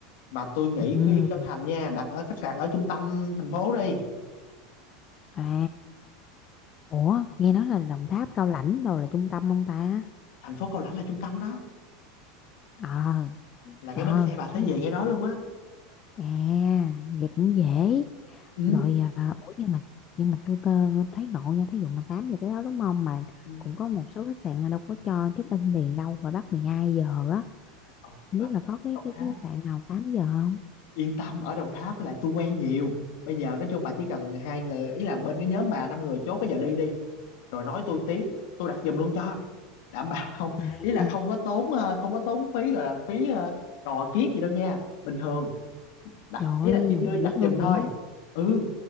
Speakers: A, on the left; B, on the left.
A: mà tôi nghĩ
B: Ừ.
A: khuyên chân thành nha đặt ở khách sạn ở trung tâm thành phố đi
B: À, ủa, nghe nói là Đồng Tháp Cao Lãnh đâu là trung tâm không ta?
A: thành phố Cao Lãnh là trung tâm đó
B: Ờ,
A: là cái
B: ờ,
A: bến xe bà sẽ
B: đúng
A: về
B: rồi.
A: ngay đó luôn á
B: à, vậy cũng dễ.
A: ừ
B: Rồi, à, ủa nhưng mà nhưng mà tôi cơ thấy ngộ nha, thí dụ mà 8 giờ tới đó đúng không mà
A: ừ
B: cũng có một số khách sạn là đâu có cho check in liền đâu và bắt 12 giờ á.
A: Ừ,
B: Không biết là có cái
A: mà
B: cái, cái khách sạn nào tám giờ không?
A: yên tâm ở Đồng Tháp với lại tôi quen nhiều bây giờ nói chung bà chỉ cần hai người ý là bên cái nhóm bà năm người chốt bây giờ đi đi rồi nói tôi một tiếng tôi đặt giùm luôn cho đảm bảo <laughs> không
B: À,
A: ý là không có tốn ờ, không có tốn phí gọi là phí ờ, cò kiết gì đâu nha bình thường đặt
B: trời
A: ý
B: ơi,
A: là chỉ đưa đặt
B: dễ thương
A: giùm
B: vậy.
A: thôi ừ